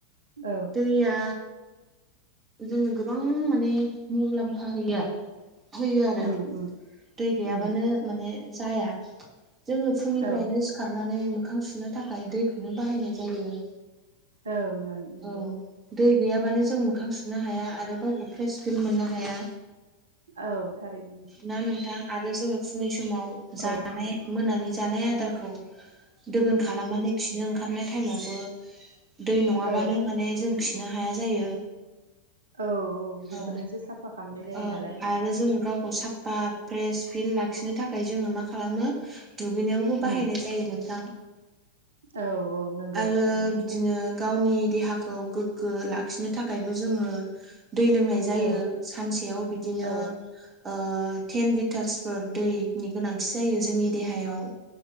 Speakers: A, on the right (about 70°); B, on the right (about 20°).
A: औ
B: दैया जोंनो गोबां माने मुुलाम्फा होयो। होयो आरो
A: उम उम
B: दै गैयाबानो
A: उम
B: माने जाया जोङो फुंनिफ्रायनो
A: औ
B: सि खारनानै मोखां सुनो थाखाय दैखौनो बाहायनाय जायो।
A: औ ओं नोंगौ।
B: औ दै गैयाबानो जों मोखां सुनो हाया आरो गावखौ फ्रेस फिल मोननो हाया।
A: औ थारैनो
B: ना नोंथां आरो जोङो फुंनि समाव जानाय
A: औ ओ
B: मोनानि जानाय आदारखौ दोगोन खालामनानै खिनो ओंखारनाय टाइमावबो दै नङाबानो
A: औ
B: माने जों खिनो हाया जायो।
A: औ औ बेफोरजोंसो
B: औ
A: साफा खालामनाय जायो
B: औ
A: नालाय
B: आरो जोङो गावखौ सापा फ्रेस फिल लाखिनो थाखाय जोङो मा खालामो? दुगैनायावबो बाहायनाय
A: उम
B: जायो नोंथां
A: औ औ नंगौ
B: आरो
A: थारैनो नोंथां
B: बिदिनो गावनि देहाखौ गोग्गो लाखिनो थाखायबो जोङो दै लोंनाय जायो
A: औ
B: सानसेयाव बिदिनो
A: औ
B: ओ टेन लिटार्सफोर दैनि गोनांथि जायो जोंनि देहायाव।